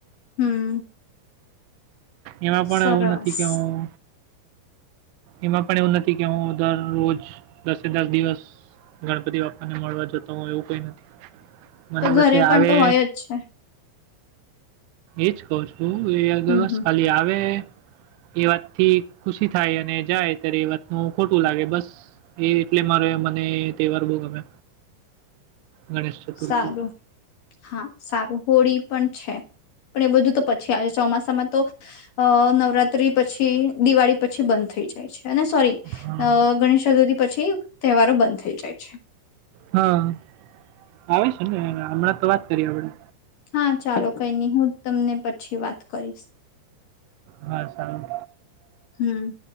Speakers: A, on the left; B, on the right.
A: હમ
B: એમાં પણ
A: સરસ
B: એવું નથી કે હું એમાં પણ એવું નથી કે હું દરરોજ દસે દસ દિવસ ગણપતિ બાપા ને મળવા જતો હોય એવું કઈ નથી મને
A: તો
B: બસ
A: ઘરે
B: એ
A: પણ
B: આવે
A: તો હોય જ છે
B: એજ કવ છું એ દિવસ
A: હમ હમ
B: ખાલી આવે એ વાત થી ખુશી થાય અને જાય ત્યારે એ વાતનું ખોટું લાગે બસ એ એટલે મારે મને તહેવાર બહ ગમે
A: <inaudible>
B: ગણેશ ચતુર્થી
A: સારું હા સારું હોળી પણ છે પણ એ બધું તો પછી આવે છે ચોમાસામાં તો. અ નવરાત્રી પછી દિવાળી પછી બંધ થઈ જાય છે. અને સોરી
B: હા
A: ગણેશ ચતુર્થી પછી, તહેવારો બંધ થઈ જાય છે.
B: હા, આવે છે ને હમણાં તો વાત કરી આપડ.
A: હા ચાલો કઈ નહી હું તમને પછી વાત કરીશ.
B: હા સારું.
A: હમ.